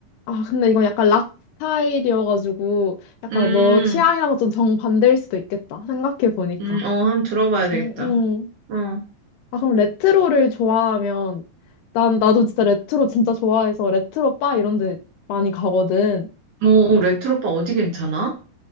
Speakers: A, on the left; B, on the right.
A: 아, 근데 이건 약간 락 스타일이어가지고, 약간
B: 음,
A: 너 취향이랑 좀 정반대일 수도 있겠다. 생각해보니까.
B: 음, 어, 한번 들어봐야 되겠다.
A: 음, 음.
B: 어,
A: 아, 그럼 레트로를 좋아하면, 난, 나도 진짜 레트로 진짜 좋아해서 레트로 바 이런 데 많이 가거든.
B: 어, 어, 레트로빠 어디 괜찮아?